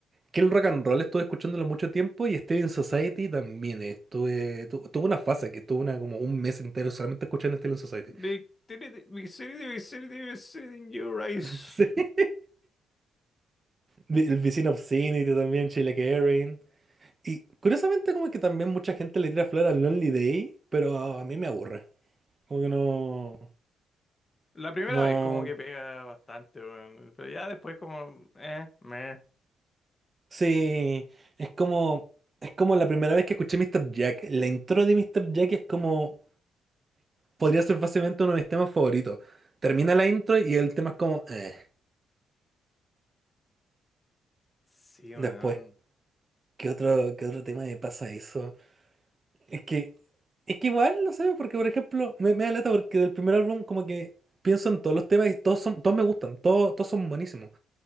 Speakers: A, on the right; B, on the left.
A: que el rock and roll estuve escuchándolo mucho tiempo y Steven Society también estuve tu- tuve una fase que estuve una, como un mes entero solamente escuchando Steven Society
B: Victory, Victory, Victory, Victory in your eyes.
A: <laughs> Sí. el Vicino Obscenity también Sheila Erin y curiosamente como que también mucha gente le tira flor al Lonely Day pero a mí me aburre como que no
B: La primera
A: no
B: vez como que pega bastante, weón. Pero ya después como. Eh, meh.
A: sí es como es como la primera vez que escuché Mr. Jack la intro de Mr. Jack es como podría ser fácilmente uno de mis temas favoritos termina la intro y el tema es como eh.
B: Sí,
A: Después
B: weón.
A: ¿Qué otro, qué otro tema me pasa eso? Es que, es que igual, no sé, porque por ejemplo, me, me da lata porque del primer álbum como que pienso en todos los temas y todos son, todos me gustan, todos, todos son buenísimos.